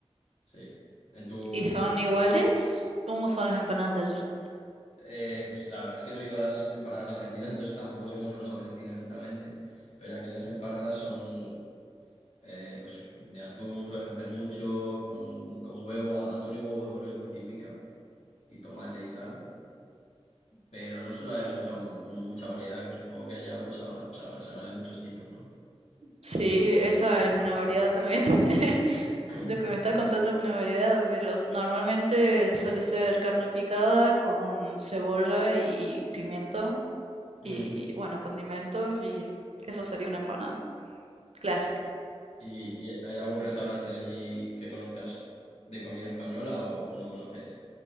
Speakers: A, on the left; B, on the right.
A: Sí. En tu
B: ¿Y son iguales? ¿Cómo son las empanadas de allá?
A: eh, pues la verdad es que no he ido a las empanadas argentinas, entonces tampoco sé cómo son las argentinas exactamente. Pero aquí las empanadas son. Eh, pues de atún suelen hacer mucho, con, con huevo, atún y huevo duro es muy típica, y tomate y tal, pero no suele haber mucha, mucha variedad, que supongo que allá pues habrá, se habrá, se hará de muchos tipos, ¿no?
B: Sí, esa es una variedad también. <laughs>
A: <clears throat>
B: Lo que me está contando es una variedad, pero s- normalmente suele ser carne picada con cebolla y pimiento
A: Mm.
B: y, bueno, condimentos y eso sería una empanada clásica.
A: ¿Y, y hay algún restaurante allí que conozcas de comida española o, o no conoces?